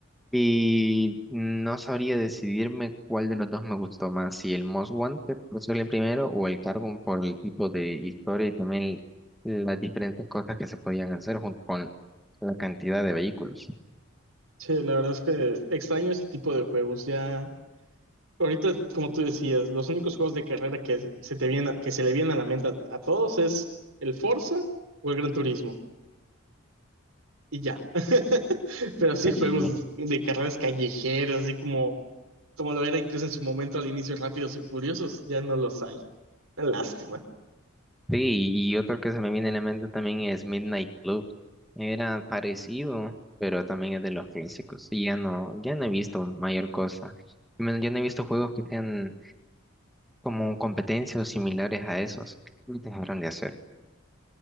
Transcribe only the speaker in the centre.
y no sabría decidirme cuál de los dos me gustó más, si el Most Wanted por ser el primero o el Carbon por el tipo de historia y también las diferentes cosas que se podían hacer junto con la cantidad de vehículos.
Sí.
Sí, y otro que se me viene en la mente también es Midnight Club. Era parecido, pero también es de los clásicos. Y ya no, ya no he visto mayor cosa. Y menos, ya no he visto juegos que sean como competencias o similares a esos. ¿Qué te habrán de hacer?